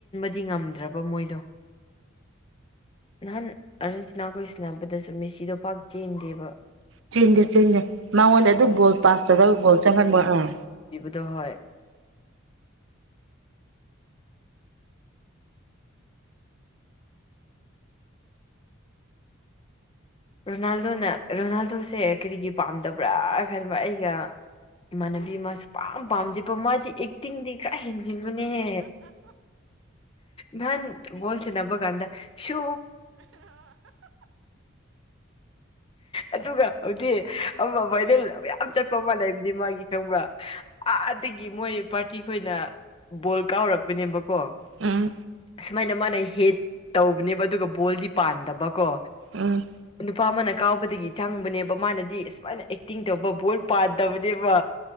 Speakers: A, on the left; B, on the right.
A: ꯗꯤ ꯉꯝꯗ꯭ꯔꯕ ꯃꯣꯏꯗꯣ ꯅꯍꯥꯟ ꯑꯥꯔꯖꯦꯟꯇꯤꯅꯥ ꯈꯣꯏ ꯁꯤꯟꯅꯕꯗꯁꯨ ꯃꯦꯁꯤꯗꯣ ꯄꯥꯛ ꯆꯦꯟꯗꯦꯕ
B: ꯆꯦꯟꯗꯦ ꯆꯦꯟꯗꯦ ꯃꯉꯣꯟꯗ ꯑꯗꯨꯝ ꯒꯣꯜ ꯄꯥꯁ ꯇꯧꯔꯒ ꯒꯣꯜ ꯆꯪꯍꯟꯕ ꯑꯥ
A: ꯗꯣ ꯍꯣꯏ ꯔꯣꯅꯥꯜꯗꯣꯅ ꯔꯣꯅꯥꯜꯗꯣꯁꯦ ꯀꯔꯤꯒꯤ ꯄꯥꯝꯗꯕ꯭ꯔꯥ ꯈꯟꯕ ꯑꯩꯒ ꯏꯃꯥꯟꯅꯕꯤ ꯃꯥꯁꯨ ꯁꯨꯄꯥꯝ ꯄꯥꯝꯗꯦꯕ ꯃꯥꯗꯤ ꯑꯦꯛꯇꯤꯡꯗꯤ ꯄꯨꯔ ꯍꯦꯟꯖꯤꯟꯕꯅꯦꯍꯦ ꯅꯍꯥꯟ ꯕꯣꯜ ꯁꯥꯅꯕ ꯀꯟꯗ ꯁꯨ ꯑꯗꯨꯒ ꯍꯧꯖꯤꯛ ꯑꯃ ꯚꯥꯏꯔꯦꯜ ꯃꯌꯥꯝ ꯆꯠꯄ ꯃꯥ ꯂꯩꯕꯅꯦ ꯃꯥꯒꯤ ꯈꯪꯕ꯭ꯔꯥ ꯑꯥꯗꯒꯤ ꯃꯣꯏ ꯄꯥꯔꯇꯤ ꯈꯣꯏꯅ ꯕꯣꯜ ꯀꯥꯎꯔꯛꯄꯅꯦꯕꯀꯣ
B: ꯎꯝ
A: ꯁꯨꯃꯥꯏꯅ ꯃꯥꯅ ꯍꯤꯠ ꯇꯧꯕꯅꯦꯕ ꯑꯗꯨꯒ ꯕꯣꯜꯗꯤ ꯄꯥꯟꯗꯕꯀꯣ
B: ꯎꯝ ꯎꯝ
A: ꯅꯨꯄꯥ ꯑꯃꯅ ꯀꯥꯎꯕ ꯗꯒꯤ ꯆꯪꯕꯅꯦꯕ ꯃꯥꯅꯗꯤ ꯏꯁ ꯁꯨꯃꯥꯏꯅ ꯑꯦꯛꯇꯤꯡ ꯇꯧꯕ ꯕꯣꯜ ꯄꯥꯟꯗꯕꯅꯦꯕ